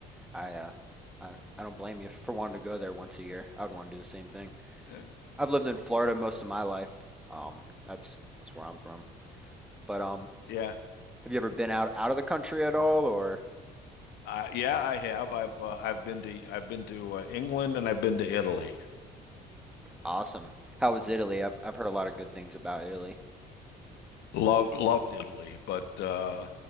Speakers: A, in the centre; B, on the left.
A: I, uh, I, I don't blame you for wanting to go there once a year. I would want to do the same thing.
B: Yeah.
A: I've lived in Florida most of my life. Um, that's that's where I'm from. But um,
B: Yeah,
A: have you ever been out out of the country at all, or?
B: uh, yeah, I have. I've uh, I've been to I've been to uh, England and I've been to Italy.
A: Awesome. How was Italy? I've I've heard a lot of good things about Italy.
B: Love loved Italy, but uh,